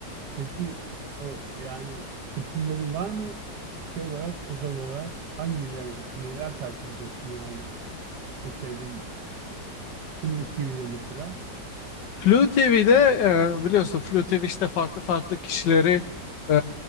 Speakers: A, on the right (about 70°); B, on the left (about 75°).
A: peki o yani seçimlerin var mı? Şey olarak, özel olarak hangileri, neler takip ediyorsun yani? O şeyde Blue TV'de mesela.
B: Flu TV'de e, biliyorsun Flu TV işte farklı farklı kişileri e,